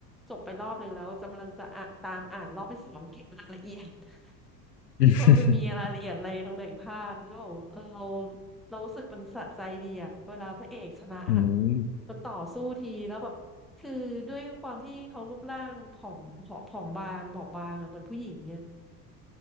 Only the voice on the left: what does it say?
อืม
อืม